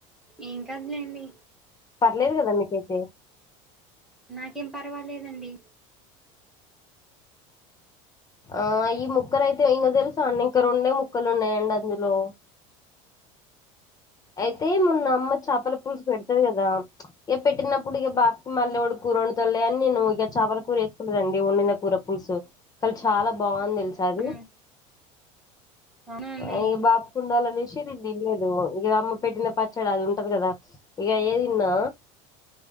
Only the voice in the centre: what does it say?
ఏం కాదులేండి
నాకేం పర్వాలేదండి
ఉమ్. అవునా అండి